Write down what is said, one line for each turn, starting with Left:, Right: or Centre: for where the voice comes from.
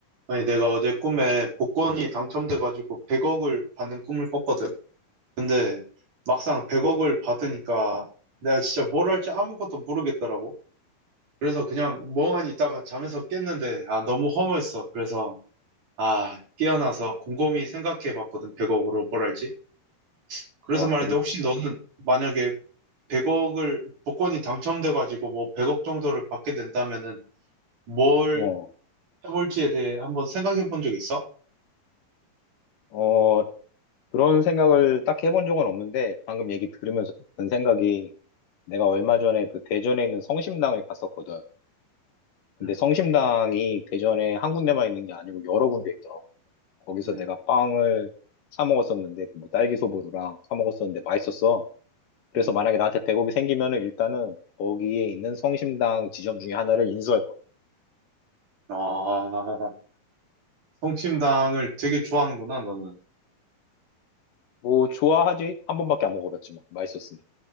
Right: 아니, 내가 어제 꿈에 복권이 당첨돼가지고 100억을 받는 꿈을 꿨거든. 근데 막상 100억을 받으니까 내가 진짜 뭘 할지 아무것도 모르겠더라고. 그래서 그냥 멍하니 있다가 잠에서 깼는데, 아, 너무 허무했어. 그래서, 아, 깨어나서 곰곰이 생각해 봤거든. 100억으로 뭘 할지. 그래서
Left: 아,
Right: 말인데,
Left: 그래?
Right: 혹시 너는 만약에 100억을, 복권이 당첨돼가지고 뭐 100억 정도를 받게 된다면은 뭘
Left: 어,
Right: 해볼지에 대해 한번 생각해 본 적 있어?
Left: 어, 그런 생각을 딱 해본 적은 없는데, 방금 얘기 들으면서 든 생각이, 내가 얼마 전에 그 대전에 있는 성심당을 갔었거든. 근데
Right: 음,
Left: 성심당이 대전에 한 군데만 있는 게 아니고 여러 군데 있더라고. 거기서
Right: 음,
Left: 내가 빵을 사 먹었었는데, 그 뭐 딸기 소보루랑 사 먹었었는데 맛있었어. 그래서
Right: 음.
Left: 만약에 나한테 대0억이 생기면은 일단은 거기에 있는 성심당 지점 중에 하나를 인수할 거야.
Right: 아, 성심당을 되게 좋아하는구나, 너는.
Left: 뭐, 좋아하지? 한 번밖에 안 먹어봤지만, 맛있었으니.